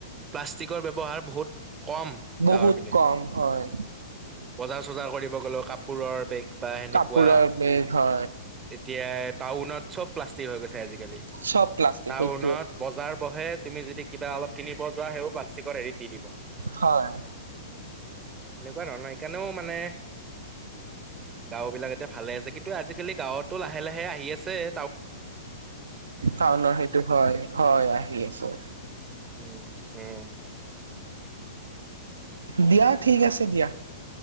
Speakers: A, on the right (about 20°); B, on the right (about 75°).
A: প্লাষ্টিকৰ ব্যৱহাৰ বহুত কম
B: বহুত
A: গাঁৱৰ পিনে।
B: কম হয়
A: বজাৰ চজাৰ কৰিব গলেো কাপোৰৰ বেগ বা সেনেকুৱা
B: কাপোৰ বেগ হয়
A: এতিয়া টাউনত চব প্লাষ্টিক হৈ গৈছে আজিকালি
B: চব প্লাষ্টিক
A: টাউনত
B: সেইটোৱে
A: বজাৰ বহে তুমি যদি কিবা অলপ কিনিব যোৱা সেও প্লাষ্টিকৰ হেৰিত দি দিব।
B: হয়
A: এনেকুৱা ধৰণৰ সকাৰণেও মানে গাঁও বিলাক এতিয়া ভালে আছে কিন্তু আজিকালি গাঁৱতো লাহে লাহে আহি আছে ত
B: টাউনৰ সেইটো হয় হয় আহি আছো।
A: উম-উম।
B: দিয়া ঠিক আছে দিয়া।